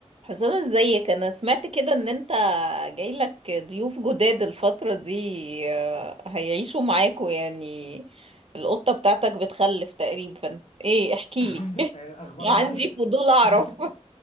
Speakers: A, on the right (about 55°); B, on the left (about 75°).
A: حسام ازيك انا سمعت كده ان انت جايلك ضيوف جداد الفترة دي آه، هيعيشوا معاكوا يعني القطة بتاعتك بتخلف تقريبا ايه احكيلي
B: <laughs> الاخبار
A: <laughs> عندي
B: لحقت
A: فضول اعرف
B: <laughs>